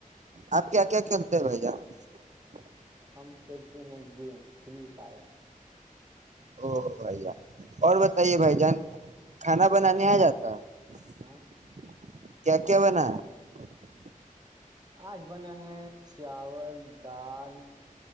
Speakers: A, on the right; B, on the right.
A: آپ کیا کیا کھیلتے ہیں بھائی جان <unintelligible>
B: ہم کھیلتے ہیں گیم فری فائر
A: او بھائی جان اور بتائیے بھائی جان <unintelligible> کھانا بنانے
B: اور
A: آ جاتا <unintelligible>
B: ہاں
A: کیا کیا ہوناا ہے <unintelligible>
B: آج بنا ہے چاول دال